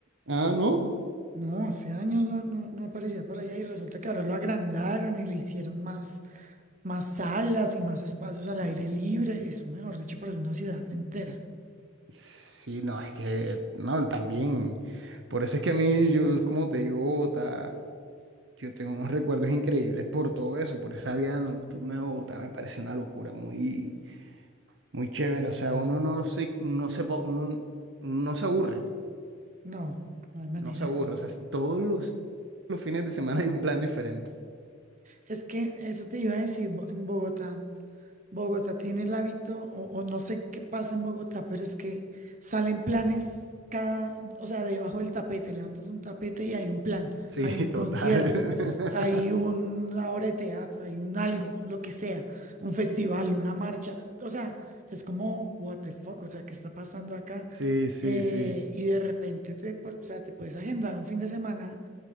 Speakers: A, on the right (about 60°); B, on the right (about 40°).
A: ah, no,
B: No, hace años no, no, no aparecía por allá y resulta que ahora lo agrandaron y le hicieron más, más salas y más espacios al aire libre. Eso, mejor dicho, parece una ciudad entera.
A: sí, no, es que, no, también, por eso es que a mí, yo, como te digo, ta- Yo tengo unos recuerdos increíbles por todo eso, por esa vida nocturna de Bogotá, me parece una locura, muy, muy chévere. O sea, uno no se, no se, po- no, no se aburre,
B: No, no hay manera.
A: no se aburre. O sea, es- todos los, los fines de semana hay un plan diferente.
B: Es que eso te iba a decir, Bo- en Bogotá. Bogotá tiene el hábito, o, o no sé qué pasa en Bogotá, pero es que salen planes cada, o sea, debajo del tapete, levantas un tapete y hay un plan,
A: Sí,
B: hay un
A: <laughs>
B: concierto,
A: total. <laughs>
B: hay una obra de teatro, hay un algo, lo que sea, un festival, una marcha, o sea, es como, what the fuck, o sea, ¿qué está pasando acá?
A: Sí, sí,
B: Eh,
A: sí.
B: y de repente, te, pu- o sea, te puedes agendar un fin de semana